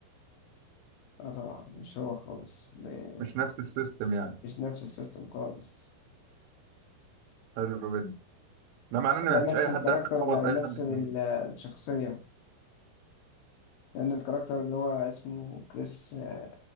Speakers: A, on the left; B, on the right.
A: لا طبعا مش هو خالص م-
B: مش نفس السيستم يعني
A: مش نفس السيستم خالص
B: حلو جدا ده معناه
A: لا
B: ان مفيش
A: نفس
B: اي
A: الكاركتر
B: حد يعرف يعوض
A: اللي هيمثل
B: اي حد في المية
A: ال- الشخصيه لان الكاركتر اللي هو اسمه كريس آه،